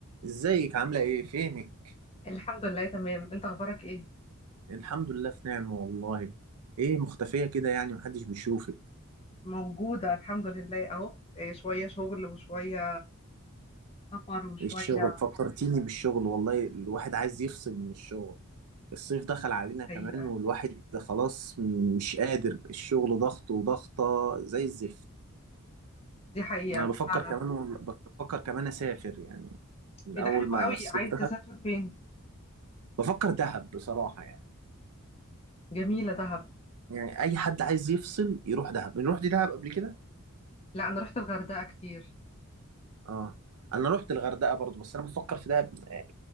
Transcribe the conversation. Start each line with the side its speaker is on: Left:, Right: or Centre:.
Right: ازيك عاملة ايه فينك
Left: الحمد لله تمام انت اخبارك ايه
Right: الحمد لله في نعمة والله ايه مختفية كده يعني محدش بيشوفك
Left: موجودة الحمد لله اهو إيه شوية شغل وشوية سفر وشوية
Right: ايه الشغل فكرتيني بالشغل والله الواحد عايز يفصل من الشغل الصيف دخل علينا كمان
Left: حقيقة
Right: والواحد خلاص مش قادر الشغل ضغط وضغطة زي الزفت
Left: دي حقيقة
Right: انا بفكر
Left: فعلا
Right: كمان بفكر كمان اسافر يعني من
Left: ايه
Right: اول
Left: ده حلو
Right: ما
Left: قوي
Right: الصيف
Left: عايز
Right: ده
Left: تسافر فين
Right: بفكر دهب بصراحة يعني
Left: جميلة دهب
Right: يعني اي حد عايز يفصل يروح دهب نروح دي دهب قبل كده
Left: لا انا رحت الغردقة كتير
Right: اه انا رحت الغردقه برضو بس انا بفكر في دهب آه،